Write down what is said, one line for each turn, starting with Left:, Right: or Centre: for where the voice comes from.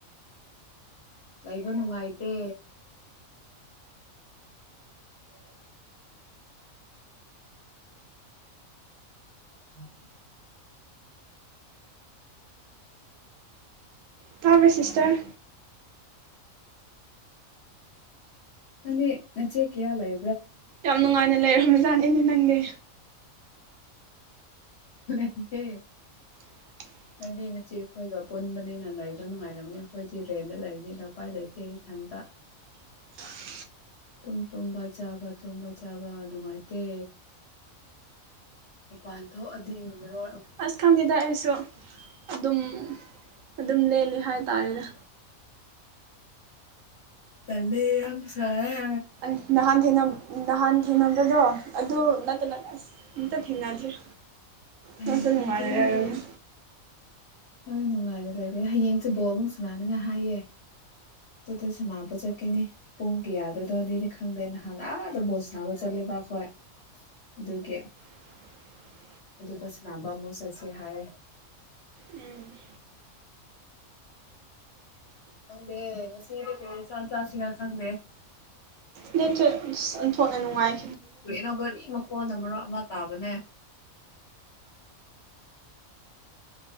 Left: ꯂꯩꯕ ꯅꯨꯑꯥꯏꯇꯦ ꯎꯝ
Right: ꯇꯥꯕꯔ꯭ ꯁꯤꯁꯇꯔ
Left: ꯅꯪꯗꯤ ꯅꯆꯦ ꯀꯌꯥ ꯂꯩ
Right: ꯌꯥꯝ ꯅꯨꯡꯉꯥꯏꯅ ꯂꯩꯔꯝꯕꯖꯥꯠꯅꯤꯅꯦ ꯅꯪꯗꯤ
Left: ꯂꯩꯌꯦ
Right: <inaudible>
Left: ꯍꯥꯏꯗꯤ ꯅꯆꯦ ꯈꯣꯏꯒ ꯄꯨꯟꯕꯅꯤꯅ ꯅꯩꯕ ꯅꯨꯡꯉꯥꯏꯔꯝꯅꯤ ꯈꯣꯏꯗꯤ ꯔꯦꯟꯗ ꯂꯩꯕꯅꯤꯅ ꯎꯄꯥꯏ ꯂꯩꯇꯦ ꯊꯪ <inaudible>
Right: <inaudible>
Left: ꯇꯨꯝ ꯇꯨꯝꯕ ꯆꯥꯕ ꯇꯨꯝꯕ ꯆꯥꯕ ꯅꯨꯡꯉꯥꯏꯇꯦ ꯃꯄꯥꯟ ꯊꯣꯛꯑꯗꯤꯔꯣ
Right: ꯑꯁ ꯈꯪꯗꯦꯗ ꯑꯩꯁꯨ ꯑꯗꯨꯝ ꯑꯗꯨꯝ ꯂꯦꯂꯦ ꯍꯥꯏꯇꯥꯔꯦꯗ
Left: ꯇꯜꯂꯦ ꯌꯥꯝꯁꯥꯌꯦ
Right: ꯑꯁ ꯅꯍꯥꯟꯅ ꯊꯦꯡꯅꯝ ꯅꯍꯥꯟ ꯊꯦꯡꯅꯕꯗꯣ ꯑꯗꯨ ꯅꯠꯇꯅ ꯑꯁ ꯑꯝꯇ ꯊꯦꯡꯅꯗꯔꯦ
Left: ꯑꯦ
Right: ꯉꯁꯨ ꯅꯨꯡꯉꯥꯏꯅꯔꯒꯅꯤ
Left: ꯑꯗꯨꯅꯦ ꯍꯣꯏ ꯅꯨꯡꯉꯥꯏꯅ ꯂꯩꯔꯦ ꯍꯌꯦꯡꯁꯤ ꯕꯣꯜ ꯃꯨꯛ ꯁꯥꯅꯥꯅꯤꯡꯉꯥꯏ ꯍꯥꯏꯌꯦ ꯇꯨꯗ ꯁꯥꯟꯅꯕ ꯆꯠꯀꯅꯤ ꯄꯨꯡ ꯀꯌꯥꯗꯣꯏꯗꯅꯤ ꯈꯪꯗꯦ ꯅꯍꯥꯟ ꯑꯥꯗ ꯕꯣꯜ ꯁꯥꯅꯥꯕ ꯆꯠꯂꯦꯕ ꯑꯈꯣꯏ ꯗꯨꯒꯤ
Right: <inaudible>
Left: ꯑꯗꯨꯗ ꯁꯅꯥꯕ ꯃꯨꯛ ꯆꯠꯁꯦ ꯍꯥꯏꯌꯦ
Right: ꯎꯝ
Left: ꯈꯪꯗꯦ ꯉꯥꯁꯤꯗꯤ ꯀꯔꯤ ꯏꯟꯁꯥꯡ ꯆꯥꯁꯤꯔ ꯈꯪꯗꯦ
Right: ꯅꯠꯇꯔꯦ ꯑꯁ ꯑꯣꯟꯊꯣꯛꯅ ꯅꯨꯡꯉꯥꯏ
Left: ꯀꯩꯅꯣ ꯒꯥꯔꯤ ꯃꯈꯣꯟ ꯑꯃ ꯃꯔꯛ ꯑꯃ ꯇꯥꯕꯅꯦ